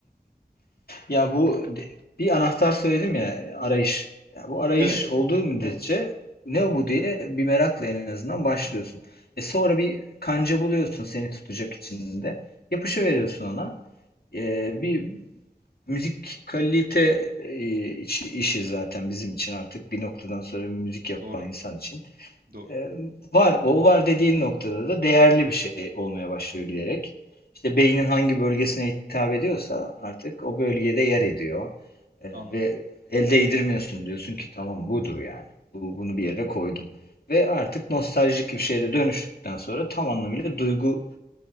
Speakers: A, on the left; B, on the right.
A: Ya bu de- bir anahtar söyledim ya arayış. Ya bu arayış
B: Evet,
A: olduğu Hı. müddetçe ne bu diye bir merakla en azından başlıyorsun. E sonra bir kanca buluyorsun seni tutacak içinde. Yapışı veriyorsun ona. E, bir müzik kalite e, işi işi zaten bizim için artık bir noktadan sonra müzik yapan
B: doğru,
A: insan için.
B: doğru.
A: Ee, var, o var dediğin noktada da değerli bir şey olmaya başlıyor giderek. İşte beynin hangi bölgesine hitap ediyorsa artık o bölgede yer ediyor. Ee,
B: Anladım.
A: ve el değdirmiyorsun diyorsun ki tamam budur yani. Bu, bunu bir yere koydum. Ve artık nostaljik bir şeye de dönüştükten sonra tam anlamıyla duygu